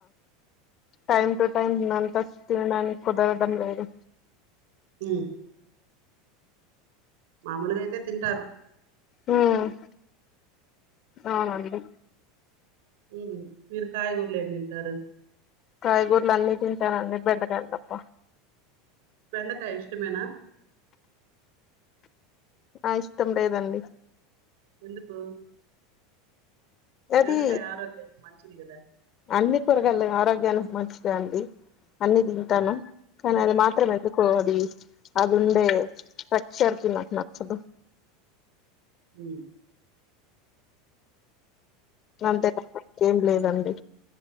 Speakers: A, on the left; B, on the right.
A: టైమ్ టు టైమ్ తినంత తినడానికి కుదరడం లేదు
B: హు మామూలుగైతే తింటారు
A: మ్మ్ అ అండి
B: ఏమి మీరు కాయగూరలు ఏమే తరు
A: కాయగూరలు అన్ని తింటానండి బెండకాయలు తప్ప
B: బెండకాయ ఇష్టమేనా
A: నా ఇష్టం లేదండి
B: ఎందుకు
A: అది
B: బెండకాయ ఆరోగ్యానికి మంచిది కదా
A: అన్ని కురగాయాలు ఆరోగ్యాన్ని మంచిదే అండి అన్ని తింటాను కానీ అది మాత్రం ఎందుకో అది అదుండే ఫెక్షర్కి నాకు నచ్చదు
B: ఉమ్
A: అంతే ప ఏం లేదండి